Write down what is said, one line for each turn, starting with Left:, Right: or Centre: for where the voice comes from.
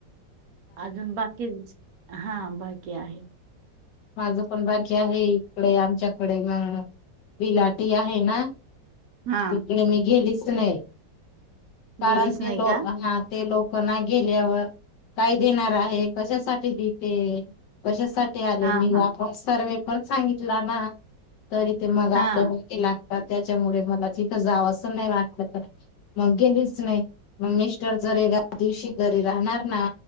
Right: अजून बाकी, हा बाकी आहे.
Left: माझं पण बाकी आहे, इकडे आमच्याकडे अं बिलाटी आहे ना
Right: हा.
Left: तिकडे मी गेलीच नाही, कारण
Right: गेलीच
Left: ते
Right: नाही
Left: लोकांना
Right: का
Left: ते लोकं ना गेल्यावर काय देणार आहे? कशासाठी देते? कशासाठी आलेली
Right: हा
Left: आपण
Right: हा
Left: सर्वे पण सांगितला ना, तरी ते मग
Right: हा
Left: आपल्याला केला त्याच्यामुळे मला तिथं जावं असं नाही वाटलं तर मग गेलीच नाही, मग मिस्टर जर एका दिवशी घरी राहणार ना